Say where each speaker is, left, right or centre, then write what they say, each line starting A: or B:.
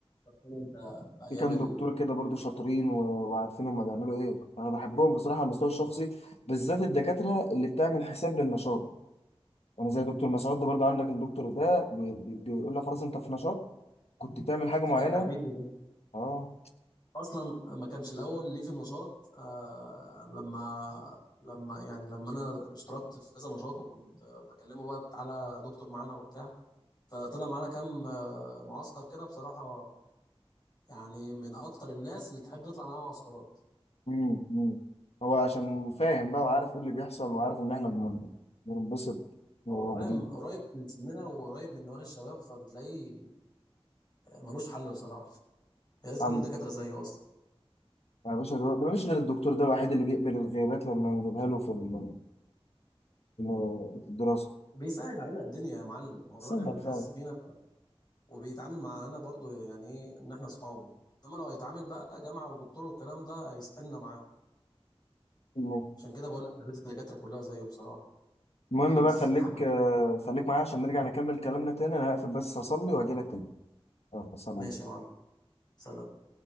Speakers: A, on the left; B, on the left.
A: كان انت بايام
B: في كام
A: ال...
B: دكتور كده برضو شاطرين و- وعارفين هما بيعملوا إيه أنا بحبهم بصراحة على المستوى الشخصي بالذات الدكاترة اللي بتعمل حساب للنشاط أنا زي دكتور مسعود ده برضو عندك الدكتور ده بي- بي- بيقول لك خلاص أنت في نشاط كنت بتعمل حاجة
A: ده
B: معينة
A: كان حبيبي ده
B: أه
A: اصلا ما كانش الاول ليه في النشاط آه لما لما يعني لما انا اشتركت في كذا نشاط وكنت آه، بكلمه بقى على دكتور معانا وبتاع فطلع معانا كام آه، معسكر كده بصراحه يعني من اكتر الناس اللي تحب تطلع معاها معسكرات
B: مم. مم. هو عشان فاهم بقى وعارف ايه اللي بيحصل وعارف ان احنا بن- بننبسط وموجودين
A: هو فاهم قريب من سننا وقريب من دماغ الشباب فبتلاقيه ملوش حل بصراحه يا ريت
B: عم
A: كل الدكاتره زيه اصلا
B: يا باشا ده ده مش غير الدكتور ده الوحيد اللي بيقبل الغيابات لما نجيبها له في ال- في ال- في الدراسة
A: بيسهل علينا الدنيا يا معلم والراجل
B: سهل فاهم
A: حاسس بينا وبيتعامل معانا برضو يعني ايه ان احنا اصحابه انما لو هيتعامل بقى جامعه ودكتور والكلام ده هيسحلنا معاه
B: المهم
A: عشان كده بقول لك يا ريت الدكاتره كلها زيه بصراحه
B: المهم
A: برنس
B: بقى خليك
A: يا حبيبي
B: آه، خليك معايا عشان نرجع نكمل كلامنا تاني انا هقفل بس اصلي واجي لك تاني يلا سلام
A: ماشي يا معلم سلام